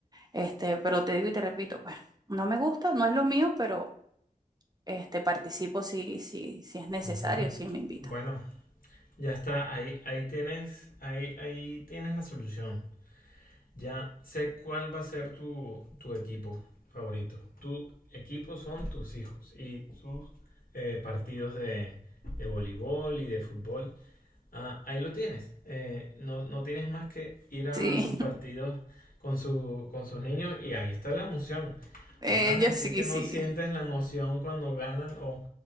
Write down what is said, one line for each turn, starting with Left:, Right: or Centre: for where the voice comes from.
Right: Este, pero te digo y te repito, pues, no me gusta, no es lo mío, pero este, participo si, si, si es necesario,
Left: uh-huh.
Right: si me invitan.
Left: bueno, ya está, ahí, ahí, tienes, ahí, ahí tienes la solución. Ya sé cuál va a ser tu, tu equipo favorito. Tu equipo son tus hijos y sus eh, partidos de, de voleibol y de fútbol. Ah, ahí lo tienes. Eh, no, no tienes más que ir a
Right: Sí,
Left: sus partidos con, su, con sus niños y ahí está la emoción.
Right: <laughs> eh,
Left: No me vas
Right: yo
Left: a decir
Right: sí,
Left: que
Right: sí.
Left: no sientes la emoción cuando ganan o